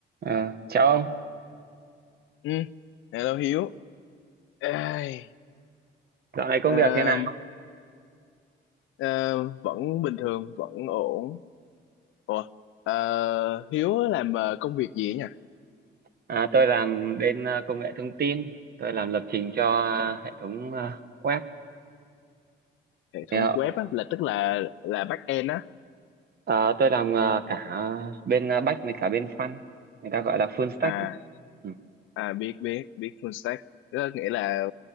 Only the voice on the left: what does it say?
Ừ, hello Hiếu. Ai,
ờ,
ờ, vẫn bình thường, vẫn ổn. Ủa, ờ, Hiếu làm ờ, công việc gì ấy nhỉ?
Hệ
thống
web á, là tức là là back end á.
À,
à biết biết biết full stack. Đó nghĩa là